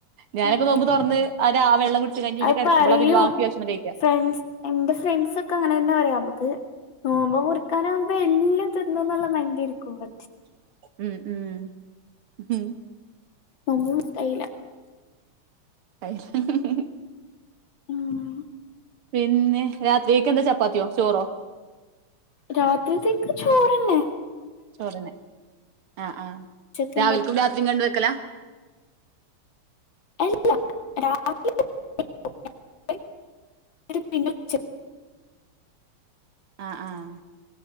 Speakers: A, on the right; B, on the left.
A: ഞാനൊക്കെ
B: ഉം
A: നോമ്പ് തൊറന്ന് അത് ആ വെള്ളം കുടിച്ച് കഴിഞ്ഞ് പിന്നെ
B: അത്
A: കെടക്കുമ്പോള
B: പറയും
A: പിന്നെ ബാക്കി ഭക്ഷണം കഴിക്കാ
B: ഫ്രണ്ട്സ് എന്റെ ഫ്രണ്ട്സ്സൊക്കെ അങ്ങനെ തന്ന പറയാ അമ്മുക്ക് നോമ്പ് മുറിക്കാനും ഇപ്പൊ എണ്ണിലും തിന്നുംന്നുള്ള മൈൻഡി ഇരിക്കുമ്പോ
A: ഉം ഉം ഹും
B: നല്ല മുട്ടായല്ല
A: അയ് <unintelligible>
B: ഉം
A: പിന്നെ രാത്രിക്കെക്കെന്താ ചപ്പാത്തിയോ ചോറോ?
B: രാത്രിത്തേക്ക് ചോറ് തന്നെ.
A: ചോറിന്, ആഹ് ആഹ്
B: ഉച്ചക്ക്
A: രാവിൽക്കും
B: ഇണ്ടാക്കി
A: രാത്രിം കണ്ട് വെക്കലാ?
B: അല്ല <unintelligible> പിന്നെ ഉച്ച
A: ആഹ് ആഹ്